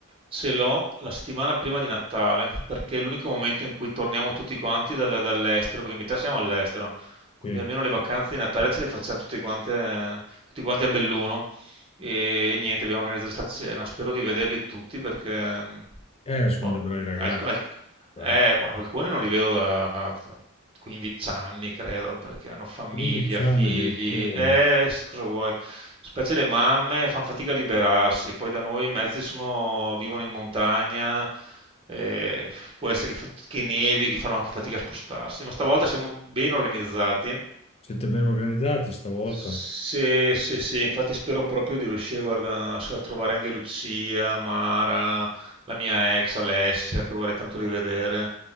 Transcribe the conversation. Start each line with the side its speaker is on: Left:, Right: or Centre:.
Right: Ce l'ho la settimana prima di Natale, perché è l'unico momento in cui torniamo tutti quanti dal- dall'estero, perché in metà siamo all'estero, quindi
Left: sì.
Right: almeno le vacanze di Natale ce le facciamo tutti quanti, eh, tutti quanti a Belluno. E niente, abbiamo organizzato sta cena. Spero di vederli tutti perché mh,
Left: Eh, sono
Right: boh,
Left: dei bravi ragazzi.
Right: al- al-
Left: eh.
Right: eh, poi alcuni non li vedo da 15 anni, credo, perché hanno famiglia,
Left: 15
Right: figli,
Left: anni addirittura.
Right: eh, s- cosa vuoi? Specie le mamme fanno fatica a liberarsi, poi da noi i mezzi sono, vivono in montagna, eh, può essere che, fa- che nevi, che fanno anche fatica a spostarsi, ma stavolta siamo ben organizzati.
Left: Siete ben organizzati stavolta?
Right: Sì, sì, sì, infatti spero proprio di riuscire, guarda, a trovare anche Lucia, Mara, la mia ex Alessia, che vorrei tanto rivedere.